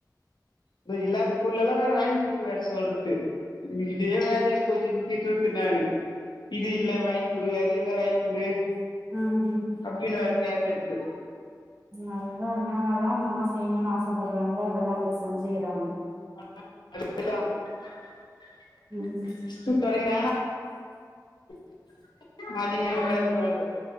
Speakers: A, on the left (about 80°); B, on the right (about 30°).
A: இது இல்லாத பொருள்ளல்லா வேற வாங்கிகுடுக்க வேர சொல்றது உனுக்கு இதே வேலையா போச்சுன்னு திட்றது நானு இது இல்ல வாய்ங்குடு அது இல்லே வாய்ங்குடு
B: அ அ
A: அப்டின் வேற கேக்கற்து
B: நல்லா என்னான்னால்லா அந்த அம்மா செய்ணுனு ஆசைப்பட்றாங்ளோ அதெல்லா அங்க செஞ்சிக்கிறாங்க
A: <unintelligible>
B: ம் ம்
A: ஸ்கூல் தொடங்கிட்டாங்கன்னா <inaudible> அடங்கி
B: ம்
A: வெக்காந்துருவானு